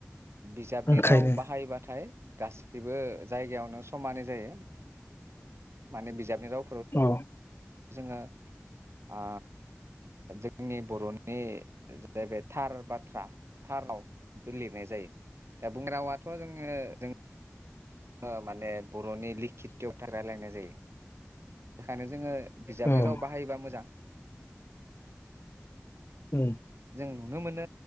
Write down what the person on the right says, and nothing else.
बिजाबनि
राव बाहायबाथाय गासिबो जायगायावनो समानै जायो। माने बिजाबनि राव
जोङो आ जोंनि बर'नि जाहैबाय थार बाथ्रा थार राव बेखौ लिरनाय जायो दा बुं रावाथ' जोङो जों ओ माने बर'नि लिखित'थार रायलायनाय जायो थानो जोङो बिजाबनि
राव बाहायोबा मोजां <inaudible>
जों नुनो मोनो